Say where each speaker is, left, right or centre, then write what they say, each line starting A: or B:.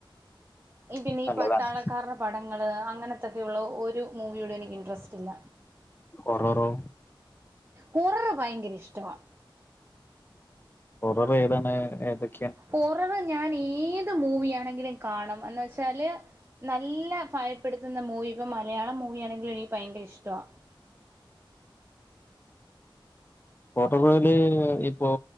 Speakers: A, on the right; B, on the left.
A: പിന്നെ ഈ
B: നല്ലതാണ്
A: പട്ടാളക്കാര്ടെ പടങ്ങള് അങ്ങനത്തൊക്കെയുള്ള ഒരു മൂവിയോടും എനിക്ക് ഇൻട്രസ്റ്റില്ല
B: ഒറെറോ
A: കൊററ് ഭയങ്കര ഇഷ്ടവാ
B: കൊററ് ഏതാണ് ഏതൊക്കെ
A: കൊററ് ഞാനീ ഏത് മൂവി ആണെങ്കിലും കാണും എന്ന് വെച്ചാല് നല്ല ഭയപ്പെടു ത്തുന്ന മൂവി ഇപ്പം മലയാളം മൂവിയണെങ്കിലും എനിക്ക് ഭയങ്കര ഇഷ്ടവാ
B: ഹൊററ്ല് ഇപ്പോ